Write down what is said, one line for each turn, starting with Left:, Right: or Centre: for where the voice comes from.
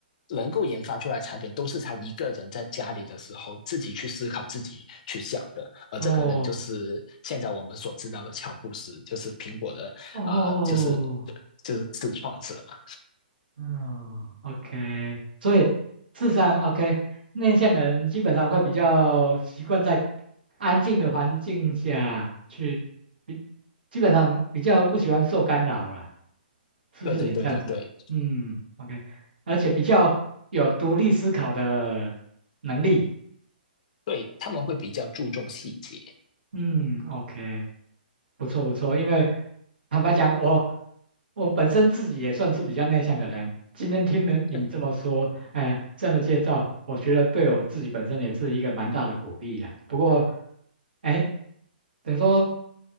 Left: 能够研发出来的产品，都是他一个人在家里的时候自己去思考、自己去想的。而这个人就是现在我们所知道的乔布斯，
Right: 哦
Left: 就是苹果的啊、
Right: 哦
Left: 呃就是就就是自创者嘛。
Right: 嗯，OK，所以智商 o k 内向的人基本上会比较习惯在安静的环境下去，比基本上比较不喜欢受干扰了，是不是也这样子？
Left: 对对对对对
Right: 嗯，OK，而且比较有独立思考的能力。
Left: 对，他们会比较注重细节。
Right: 嗯，OK，不错不错，因为坦白讲，我我本身自己也算是比较内向的人。今天听了你这么说，
Left: 嗯，
Right: 哎、这样的介绍，我觉得对我自己本身也是一个蛮大的鼓励啦。不过，哎，等于说